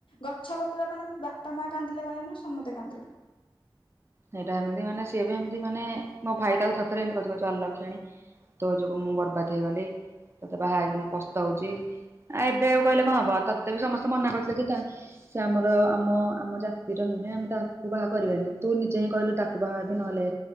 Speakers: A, on the left; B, on the right.
A: ଗଛ ପତ୍ର ମାନେ ବାପା ମା କାନ୍ଦିଲେ ମାନେ ସମସ୍ତେ କାନ୍ଦିବେ।
B: ସେଇଟା ଏମିତି ମାନେ ସିଏ ବି ଏମିତି ମାନେ ମୋ ଭାଇ ତାକୁ ସତରେ ଏମତି କହୁଛି ଅଲକ୍ଷଣୀ। ତୋ ଯୋଗୁ ମୁଁ ବର୍ବାଦ ହେଇଗଲି। ତତେ ବାହା ହେଇି କି ମୁଁ ପସ୍ତାଉଛି ଆଉ ଏବେ ଆଉ କହିଲେ କଁ ହବ ତତେ ବି ସମସ୍ତେ ମନା କରିଥିଲେ ‌କି ତା ସିଏ ଆମର ଆମ ଆମ ଜାତିର ନୁହେଁ ଆମେ ତାହାକୁ ବାହା କରିବାନି। ତୁ ନିଜେ ହିଁ କହିଲୁ ତାକୁ ବାହା ବି ନହେଲେ।